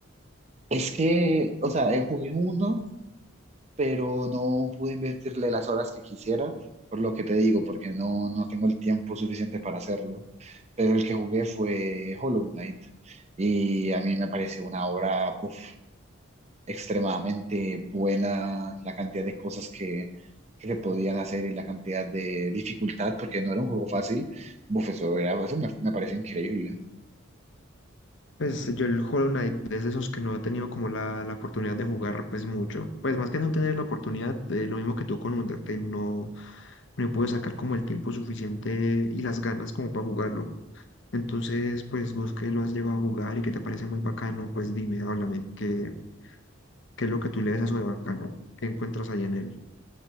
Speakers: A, on the right (about 30°); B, on the left (about 65°).
A: Es que, o sea, eh, jugué uno pero no pude invertirle las horas que quisiera, por lo que te digo, porque no, no tengo el tiempo suficiente para hacerlo. Pero el que jugué fue Hollow Knight y a mí me pareció una obra uf, extremadamente buena, la cantidad de cosas que, que se podían hacer y la cantidad de dificultad, porque no era un juego fácil. Uf, eso, era- eso me, me pareció increíble.
B: Pues yo el Hollow Knight es de esos que no he tenido como la, la oportunidad de jugar pues mucho. Pues más que no tener la oportunidad, eh, lo mismo que tú con Undertale, no, no pude sacar como el tiempo suficiente y las ganas como para jugarlo. Entonces, pues vos que lo has llegado a jugar y que te parece muy bacano, pues dime, háblame, ¿qué, qué es lo que tú le ves a eso de bacano? ¿Qué encuentras allá en él?